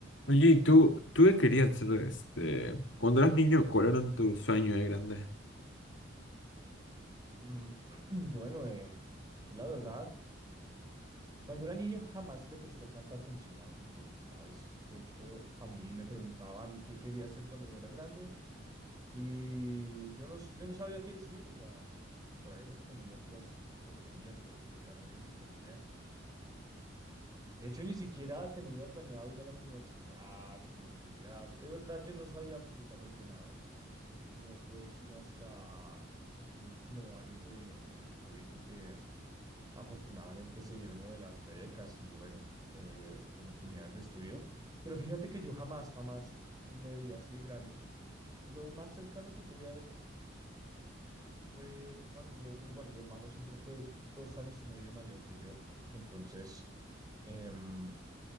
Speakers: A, on the left; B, on the right.
A: Oye, ¿y tú, tú qué querías ser, este, cuando eras niño, cuál era tu sueño de grande?
B: Mm, <clears throat> Bueno, em, yo la verdad, cuando era niño jamás le presté tanta atención al futuro, ¿sabes? De hecho, a mí me preguntaban qué quería hacer cuando era grande y yo no, s- yo no sabía qué decir, o sea, por ahí respondía puras tonterías o de plano ni respondía. De hecho, ni siquiera tenía planeado ir a la universidad, como estudiar. De verdad, yo no sabía absolutamente nada. No fue sino hasta mi último año de, de de colegio que... Afortunadamente se dieron lo de las becas y bueno, eh, oportunidades de estudio. Pero fíjate que yo jamás, jamás me veía así de grande. Lo más cercano que tuve a eso fue cuando yo, mi, bueno, mi hermano siempre fue dos años y medio mayor que yo. Entonces, em,